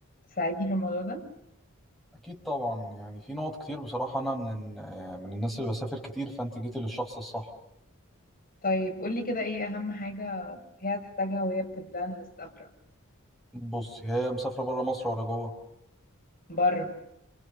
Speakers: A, on the left; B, in the centre.
A: تساعدني في الموضوع ده
B: اكيد طبعا يعني في نقط كتير بصراحه انا من آه، من الناس اللي بسافر كتير فانت جيتي للشخص الصح
A: طيب قولي كده ايه اهم حاجه هي هتحتاجها وهي بتبلان السفره
B: بص هي مسافره بره مصر ولا جوه
A: بره